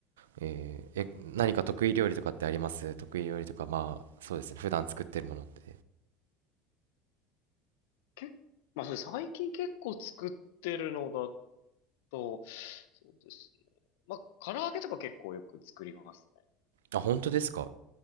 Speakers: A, on the right (about 85°); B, on the left (about 75°).
A: えー、え、何か得意料理とかってあります得意料理とか、まあ、そうですね。普段作ってるものって。
B: 結まあ、それ最近結構作ってるのだと、そうですね。まあ、唐揚げとか結構よく作りますね。
A: あ、本当ですか